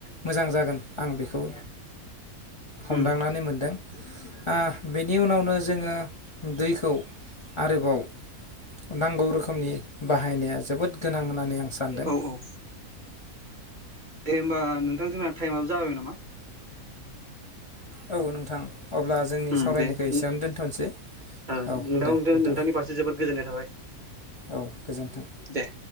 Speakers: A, on the left (about 40°); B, on the right (about 40°).
A: मोजां जागोन आं बेखौ हमदांनानै
B: उम
A: मोनदों ओ बेनि उनावनो जोङो दैखौ आरोबाव नांगौ रोखोमनि बाहायनाया जोबोद गोनां होननानै आं सानदों
B: औ औ दे होमबा नोंथां जोंना टाइमाबो जाबायबो नामा?
A: औ नोंथां अब्ला जोंनि
B: उम
A: सावरायनायखौ
B: दे
A: एसेयावनो दोनथ'सै
B: ओ
A: औ दे नोंथां
B: नोंथांनि फारसे जोबोद गोजोननाय थाबाय
A: औ गोजोन्थों।
B: दे